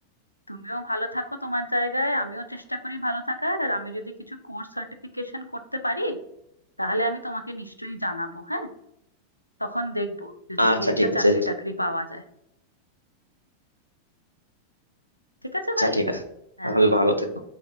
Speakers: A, on the left (about 85°); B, on the right (about 85°).
A: তুমিও ভালো থাকো তোমার জায়গায় আমিও চেষ্টা করি ভালো থাকার আর আমি যদি কিছু কোর্স সার্টিফিকেশন করতে পারি তাহলে আমি তোমাকে নিশ্চয়ই জানাবো হ্যাঁ তখন দেখবো যে যদি
B: আচ্ছা
A: একটা
B: ঠিক
A: চাকরি
B: আছে
A: টাকরি পাওয়া যায় ঠিক আছে
B: আচ্ছা
A: ভাই
B: ঠিক আছে
A: হ্যাঁ
B: তাহলে ভালো থেকো